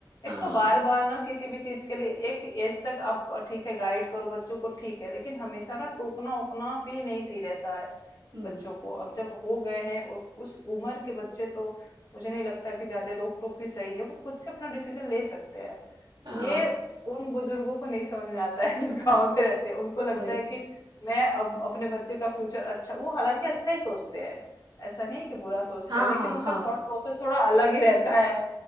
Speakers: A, on the right; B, on the left.
A: हाँ
B: एक तो बार बार ना किसी भी चीज के लिए एक एज तक आप अ, ठीक है गाइड करो बच्चों को ठीक है लेकिन हमेशा ना टोकना ओकना भी नहीं सही रहता है
A: हम्म
B: बच्चों को अब जब हो गए हैं उ- उस उम्र के बच्चे तो मुझे नहीं लगता कि ज्यादा रोक टोक भी सही है वो खुद से अपना डिसीजन ले सकते हैं
A: हाँ
B: ये उन बुजुर्गों को नहीं समझ में आता है <laughs> जो गांव में रहते हैं उनको लगता
A: वही
B: है कि मैं अब अपने बच्चे का फ्यूचर अच्छा वो हालांकि अच्छा ही सोचते हैं ऐसा नहीं है कि बुरा सोचते
A: हाँ
B: हैं लेकिन
A: हाँ
B: उनका
A: हाँ
B: थॉट प्रोसेस थोड़ा अलग ही रहता है